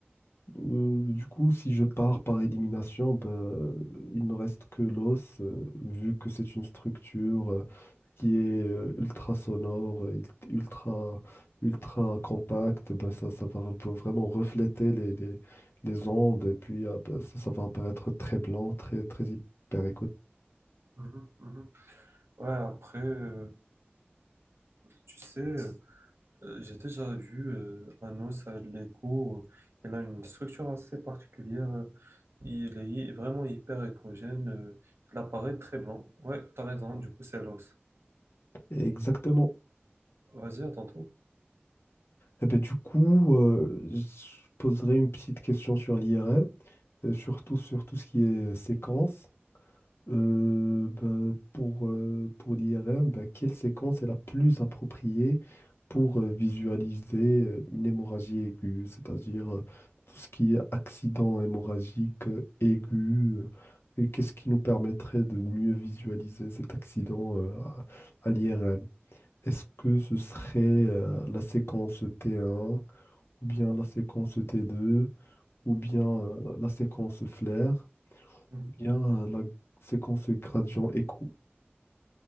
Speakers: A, on the left (about 65°); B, on the right (about 80°).
A: Euh, du coup, si je pars par élimination, bah, il me reste que l'os, euh, vu que c'est une structure euh, qui est euh, ultra sonore, euh, ult- ultra, ultra compacte. Bah, ça, ça va v- vraiment refléter les, les, les ondes et puis euh, ça, ça va apparaître très blanc, très, très hyper
B: mhm, mhm. Ouais, après, euh, tu sais. Euh, J'ai déjà vu euh, un os à l'écho. Euh, Il a une structure assez particulière. euh, Il est hy- vraiment hyper échogène. euh, Il apparaît très blanc. Ouais, t'as raison. Du coup, c'est l'os.
A: Exactement.
B: Vas-y, à tantôt.
A: Et ben, du coup, euh, je poserai une petite question sur l'IRM, euh, surtout sur tout ce qui est séquence. Euh, ben, pour euh, pour l'IRM, ben, quelle séquence est la plus appropriée pour euh, visualiser euh, une hémorragie aiguë, c'est-à-dire euh, tout ce qui est accident hémorragique euh, aigu, euh, et qu'est-ce qui nous permettrait de mieux visualiser cet accident euh, à, à l'IRM? Est-ce que ce serait euh, la séquence T1, ou bien la séquence T2, ou bien euh, la, la séquence flair,
B: Mhm.
A: ou bien euh, la séquence gradient écho?